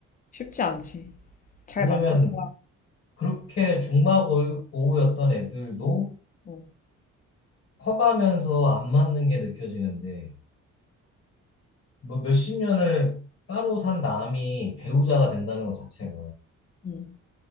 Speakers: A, on the left; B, on the left.
A: 쉽지 않지. 잘
B: 왜냐면
A: 맞는 사람.
B: 그렇게 중마고우였던 애들도
A: 어.
B: 커가면서 안 맞는 게 느껴지는데, 뭐 몇십 년을 따로 산 남이 배우자가 된다는 것 자체가
A: 응.